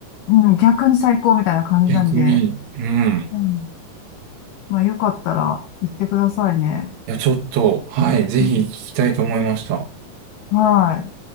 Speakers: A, on the left (about 75°); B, on the right (about 60°).
A: うん、逆に最高みたいな感じなんで、
B: 逆に、うん。
A: うん、まあよかったら行ってくださいね。
B: いや、ちょっと、はい。ぜひ聞きたいと思いました。
A: うんはい。